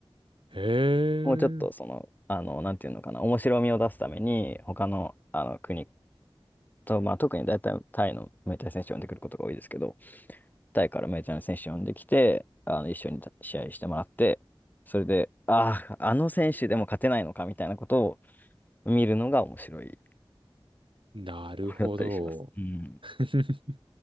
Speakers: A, on the right; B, on the left.
A: へえ、
B: もうちょっとその、あの、なんていうのかな、面白みを出すために、他の、あの国と、まあ、特に大体タイのメジャー選手を呼んでくることが多いですけど、タイからメジャーの選手を呼んできて、あの、一緒に試合してもらって、それで、ああ、あの選手でも勝てないのかみたいなことを見るのが面白い。
A: なるほど。
B: これだったりします。うん。
A: <laughs>